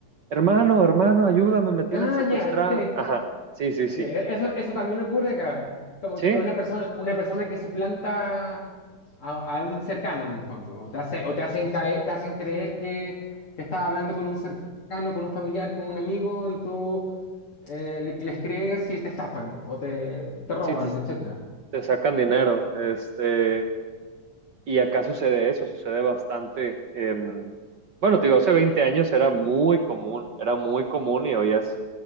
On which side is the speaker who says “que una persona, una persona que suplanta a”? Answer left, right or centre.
Left